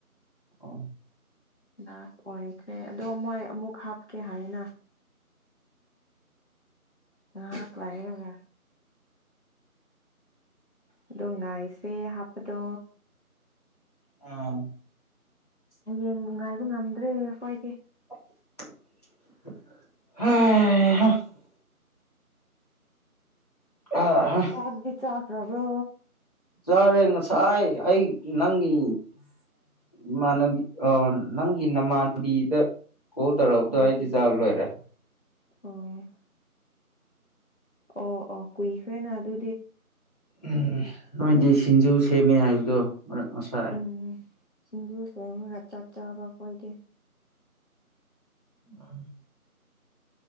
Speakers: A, on the left (about 25°); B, on the left (about 45°).
A: ꯑꯣ
B: ꯂꯥꯁ ꯑꯣꯏꯈ꯭ꯔꯦ ꯑꯗꯣ ꯃꯣꯏ ꯑꯃꯨꯛ ꯍꯥꯞꯀꯦ ꯍꯥꯏꯅ ꯉꯥꯏꯍꯥꯛ ꯀ꯭ꯂꯥꯏꯔꯒꯦ ꯑꯗꯣ ꯉꯥꯏꯁꯦ ꯍꯥꯞꯄꯗꯣ꯫
A: <unintelligible>
B: ꯍꯌꯦꯡꯕꯨ ꯉꯥꯏꯕ ꯉꯝꯗ꯭ꯔꯦ ꯑꯈꯏꯗꯤ꯫
A: <unintelligible> <unintelligible>
B: ꯆꯥꯛꯗꯤ ꯆꯥꯛꯈ꯭ꯔꯕ꯭ꯔꯣ꯫
A: ꯆꯥꯔꯦ ꯉꯁꯥꯏ ꯑꯩ ꯅꯪꯒꯤ
B: <unintelligible>
A: ꯏꯃꯥꯟꯅꯕꯤ ꯑ ꯅꯪꯒꯤ ꯅꯃꯥꯟꯕꯤꯗ ꯀꯣꯜ ꯇꯧꯔꯕꯗꯣ
B: ꯎꯝ
A: ꯑꯩꯗꯤ ꯆꯥꯕ ꯂꯣꯏꯔꯦ꯫
B: ꯑꯣ꯫ ꯑꯣ ꯑꯣ ꯀꯨꯏꯈ꯭ꯔꯦꯅ ꯑꯗꯨ
A: ꯎꯝ ꯅꯣꯏꯗꯤ ꯁꯤꯡꯖꯨ ꯁꯦꯝꯃꯦ ꯍꯥꯏꯕꯗꯣ꯫ ꯉꯁꯥꯏ
B: ꯎꯝ ꯁꯤꯡꯖꯨ ꯁꯦꯝꯔꯒ ꯆꯥꯛ ꯆꯥꯕ ꯑꯈꫭꯏꯏꯗꯤ꯫
A: <unintelligible>